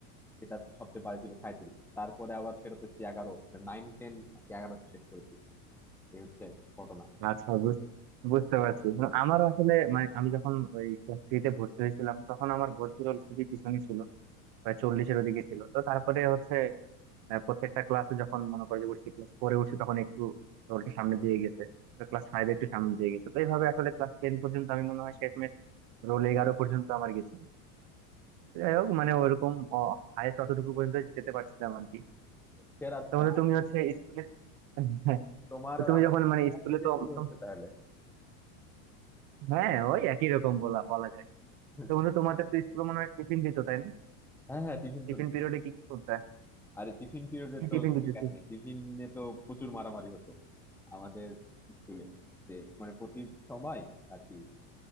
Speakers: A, in the centre; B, on the right.
A: সেটা সবচেয়ে বাজে ছিল সাঁইত্রিশ তারপরে আবার ফেরত এসেছি এগারো নাইন টেন আর কি এগারো শেষ করেছি এই হচ্ছে ঘটনা
B: আচ্ছা বুঝ- বুঝতে পারছি মানে আমারও আসলে মানে আমি যখন ওই ক্লাস থ্রিতে ভর্তি হয়েছিলাম তখন আমার ভর্তি রোল খুবই পিছনে ছিল প্রায় চল্লিশের ওদিকে ছিল তো তারপরে হচ্ছে আহ, প্রত্যেকটা ক্লাসে যখন মনে করে যে উঠছি ক্লাস ফোরে উঠছি তখন একটু রোলটা সামনে দিয়ে গেছে ক্লাস ফাইভে একটু সামনে দিয়ে গেছে তো এইভাবে আসলে ক্লাস টেন পর্যন্ত আমি মনে হয় শেষমেশ রোল এগারো পর্যন্ত আমার গেছিল তো যাই হোক মানে ওইরকম হায়েস্ট অতটুকু পর্যন্ত যেতে পারছিলাম আর কি
A: সেরা
B: তো
A: তাহলে
B: বললো, তুমি হচ্ছে স্কুলে <laughs>
A: তোমার
B: তো
A: আর
B: তুমি
A: আমার
B: যখন মানে স্কুলে
A: একই দিয়ে
B: তো
A: শুরু
B: তো-
A: হচ্ছে তাহলে
B: হ্যাঁ ওই একই রকম বলা বলা যায়
A: হুম।
B: তো বন্ধু তোমাদের তো স্কুলে মনে হয় টিফিন দিত তাই না
A: হ্যাঁ হ্যাঁ টিফিন
B: টিফিন
A: তো
B: পিরিয়ডে কি কি করতে
A: আরে টিফিন পিরিয়ডে
B: কি
A: তো
B: টিফিন দিত
A: এই কাহিনী
B: কি
A: টিফিনে তো প্রচুর মারামারি হতো আমাদের স্কুলে যে মানে প্রতি সময় আর কি